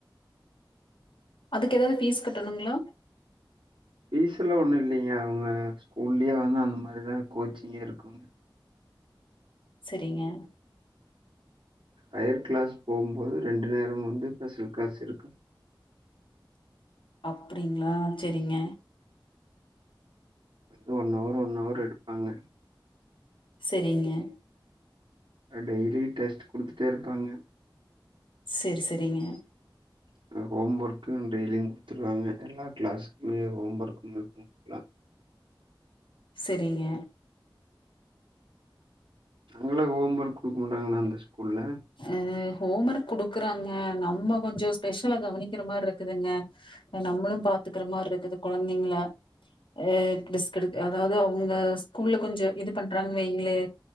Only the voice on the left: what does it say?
அதுக்கு எதாவது ஃபீஸ் கட்டணுங்களா
சரிங்க
அப்படிங்களா செரிங்க
செரிங்க
செரி செரிங்க
செரிங்க
அ ஹோம் ஒர்க் குடுக்குறாங்க நம்ம கொஞ்சு ஸ்பெஷ்லா கவனிக்கிற மாரி இருக்குதுங்க அ நம்மளு பாத்துக்குற மாரி இருக்குது கொழந்தைங்கள ஹ ரிஸ்க் எடுக்கு அதாவது அவங்க ஸ்கூல்ல கொஞ்சோ இது பண்றாங்க வைங்களே